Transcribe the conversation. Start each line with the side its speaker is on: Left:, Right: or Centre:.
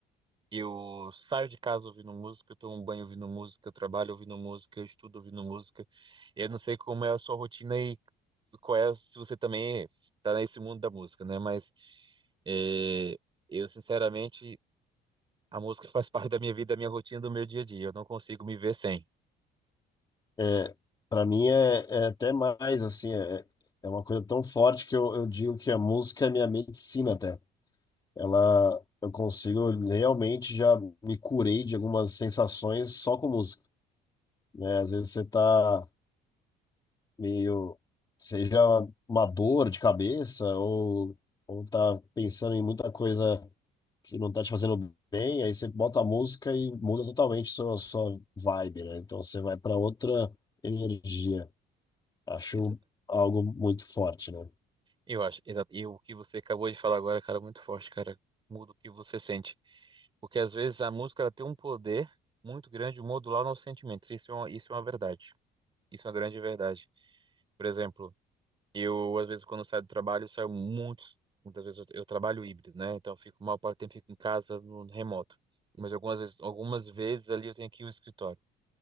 Right: eu saio de casa ouvindo música, eu tomo um banho ouvindo música, eu trabalho ouvindo música, eu estudo ouvindo música. Eu não sei como é a sua rotina e qual é, se você também tá nesse mundo da música, né? Mas eh, eu, sinceramente. A música faz parte da minha vida, da minha rotina, do meu dia a dia. Eu não consigo me ver sem.
Left: É, para mim é, é até mais, assim, é, é uma coisa tão forte que eu, eu digo que a música é minha medicina até. Ela, eu consigo, eu realmente já me curei de algumas sensações só com música, né? Às vezes você tá meio, seja uma dor de cabeça ou, ou tá pensando em muita coisa que não tá te fazendo bem, aí você bota a música e muda totalmente sua, sua vibe, né? Então você vai para outra energia. Acho
Right: Exa-
Left: algo muito forte, né?
Right: Eu acho, exa- e o que você acabou de falar agora, cara, é muito forte, cara. Muda o que você sente. Porque às vezes a música ela tem um poder muito grande de modular nossos sentimentos. Isso é uma, isso é uma verdade. Isso é uma grande verdade. Por exemplo, Eu, às vezes, quando saio do trabalho, saio muitos. Muitas vezes eu, eu trabalho híbrido, né? Então, eu fico, mal parte do tempo fico em casa, no no remoto. Mas algumas vezes, algumas vezes ali eu tenho que ir ao escritório.